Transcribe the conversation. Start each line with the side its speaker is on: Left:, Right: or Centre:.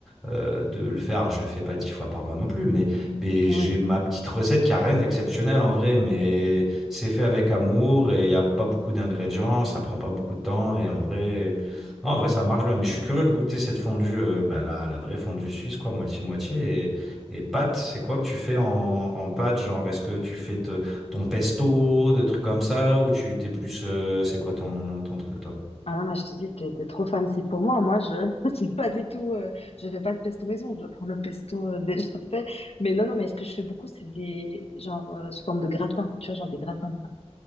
Centre: euh, de le faire, je le fais pas dix fois par mois non plus. Mais, mais
Left: Ouais.
Centre: j'ai ma petite recette qui a rien d'exceptionnel en vrai, mais c'est fait avec amour et il n'y a pas beaucoup d'ingrédients, ça prend pas beaucoup de temps. Et en vrai, non, en vrai, ça marche bien. Mais je suis curieux de goûter cette fondue, euh, bah, la, la vraie fondue suisse, quoi, moitié-moitié. Et, et pâte, c'est quoi que tu fais en, en pâte? Genre, est-ce que tu fais. te- ton pesto, des trucs comme ça, ou tu t'es plus. euh, c'est quoi ton, ton truc, toi?
Left: Ah non, mais je te dis, t'es, t'es trop fancy pour moi. Moi, je <laughs> je suis pas du tout. euh, je fais pas de pesto maison. Je prends le pesto euh, <laughs> déjà fait. Mais non, non, mais ce que je fais beaucoup, c'est des genre euh, sous forme de gratin. Tu vois, genre des gratins.